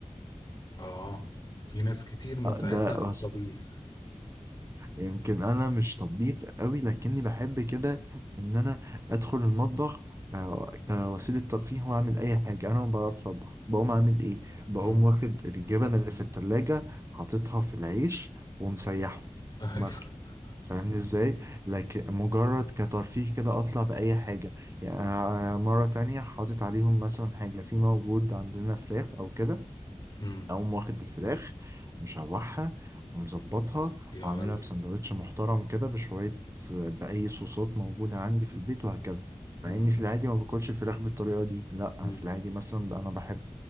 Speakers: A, on the left; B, on the right.
A: اه في ناس كتير متعتها
B: آه، ده
A: في
B: بس
A: الطبيخ
B: يمكن انا مش طبيخ قوي لكني بحب كده ان انا ادخل المطبخ آه، كوسيلة ترفيه وأعمل أي حاجة أنا ما بعرفش أطبخ بقوم أعمل إيه؟ بقوم
A: امم
B: واخد الجبن اللي في التلاجة حاططها في العيش ومسيحه
A: <laughs> ايوه
B: مثلا فاهمني ازاي لكن مجرد كترفيه كده اطلع باي حاجه يعني أنا مره تانية حاطط عليهم مثلا حاجه في موجود عندنا فراخ او كده
A: امم
B: اقوم واخد الفراخ مشوحها ومظبطها
A: يا
B: وعاملها
A: ولد
B: في سندوتش محترم كده بشويه باي صوصات موجوده عندي في البيت وهكذا
A: امم
B: مع اني في العادي ما باكلش الفراخ بالطريقه دي لا
A: امم
B: في العادي مثلا لا، انا بحب